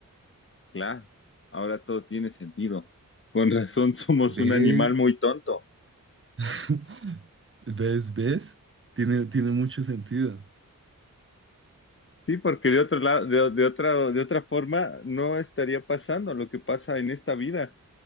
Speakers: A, on the left; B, on the right.
A: Claro, ahora todo tiene sentido. Con razón somos
B: ¿Ves?
A: un animal muy tonto.
B: <laughs> ¿Ves? ¿Ves? Tiene, tiene mucho sentido.
A: Sí, porque de otro lado, de, de otra, de otra forma, no estaría pasando lo que pasa en esta vida.